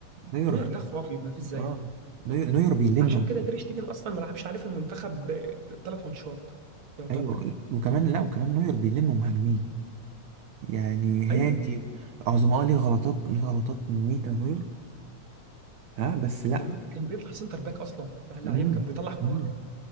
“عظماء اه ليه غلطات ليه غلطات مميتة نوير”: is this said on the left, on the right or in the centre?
Right